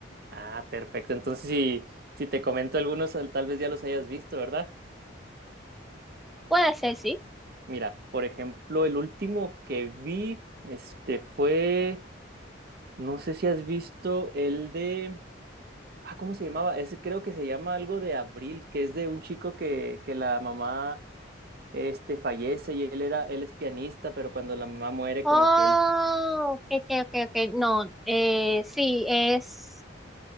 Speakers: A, on the right; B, in the centre.
A: Ah, perfecto. Entonces, si, si te comento algunos, tal vez ya los hayas visto, ¿verdad?
B: Puede ser, sí.
A: Mira, por ejemplo, el último que vi, este fue, no sé si has visto el de, ah, ¿cómo se llamaba? Ese creo que se llama algo de Abril, que es de un chico que, que la mamá, este, fallece y él era, él es pianista, pero cuando la mamá muere,
B: Oh,
A: como que él,
B: ok, ok, ok, ok. No, eh, sí, es.